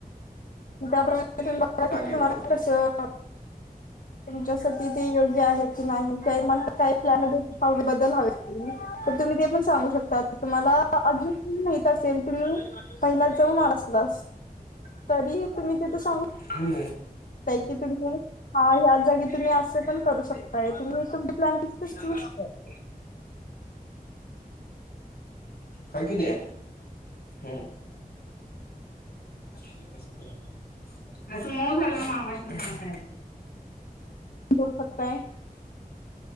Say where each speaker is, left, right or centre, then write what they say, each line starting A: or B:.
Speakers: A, on the left (about 60°); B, on the left (about 90°).
A: त्या प्रमाण बघा की
B: चालेल
A: तुम्हाला
B: चालेल
A: पण कसं तुमच्यासाठी ते योग्य आहे की नाही काय मला काही प्लॅनमध्ये बदल हवेत. तुम्ही ते पण सांगू शकता, तुम्हाला अजून माहित असेल तुम्ही पहिलाच जावून आला असलास तरी तुम्ही तिथे सांगून
B: हम.
A: कि तुम्ही हा ह्या जागी तुम्ही अस पण करू शकताय, तुम्ही तुमचा प्लॅन कस तसं चूज करू <unintelligible>
B: हाय केलिया हुं. असं मऊ झाल्यावर मामासनी खायला काय हुतंय?
A: कोड पता य